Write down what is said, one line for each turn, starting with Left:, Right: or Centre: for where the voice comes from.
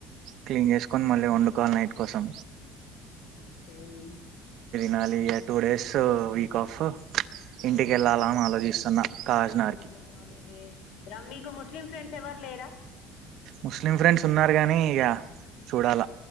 Right: క్లీన్ చేసుకొని మళ్ళీ వండు కాల్ నైట్ కోసం
Left: ఒకేయి
Right: నాలి టూ డేస్ వీక్ ఆఫ్
Left: ఆ
Right: ఇంటికి
Left: న
Right: వెళ్ళాలా అని ఆలోచిస్తున్నా కాకినాడకి
Left: రమజ హాలిడే రమ మీకు ముస్లిం ఫ్రెండ్స్ ఎవరు లేరా
Right: ముస్లిం ఫ్రెండ్స్ ఉన్నారు గానీ ఇగ చూడాలా